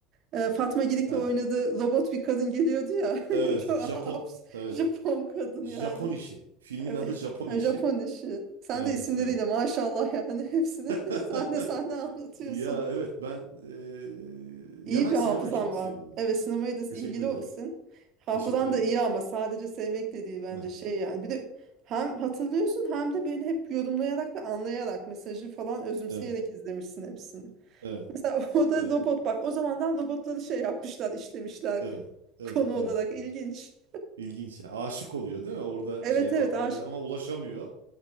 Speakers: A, on the right (about 50°); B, on the right (about 80°).
A: Ee, Fatma Girik'le
B: Ha,
A: oynadığı robot bir kadın geliyordu ya.
B: evet
A: <laughs> Çok
B: Japon
A: abs
B: evet
A: Japon kadın
B: Japon
A: yani.
B: işi. Filmin
A: Evet.
B: adı Japon
A: Yani
B: işi.
A: Japon işi. Sen
B: Evet
A: de isimleriyle
B: evet.
A: maşallah yani hepsini
B: <laughs>
A: <laughs> sahne sahne anlatıyorsun.
B: Ya evet ben eee,
A: İyi
B: ya ben
A: bir
B: sinemayı
A: hafızan
B: çok
A: var.
B: seviyorum.
A: Evet sinemaya da ilgili
B: Teşekkür ederim.
A: olsun. Hafızan
B: Teşekkür ederim.
A: da iyi ama sadece sevmek de değil bence
B: Evet
A: şey yani. Bir de hem hatırlıyorsun hem de böyle hep yorumlayarak ve anlayarak mesajı falan özümseyerek
B: evet
A: izlemişsin hepsini.
B: evet
A: Mesela <laughs> o da
B: evet
A: robot bak o zamandan robotları şey yapmışlar işlemişler
B: evet.
A: ko-
B: evet,
A: konu olarak
B: evet.
A: ilginç.
B: evet. İlginç ya. Aşık oluyor değil mi? Orada
A: Evet
B: şeye Fatma
A: evet aş
B: Giri ama ulaşamıyor.